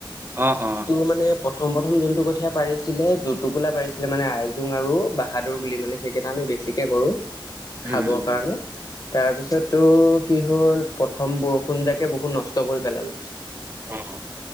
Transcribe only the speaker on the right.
অ' অ'
<inaudible>
উম
অহ'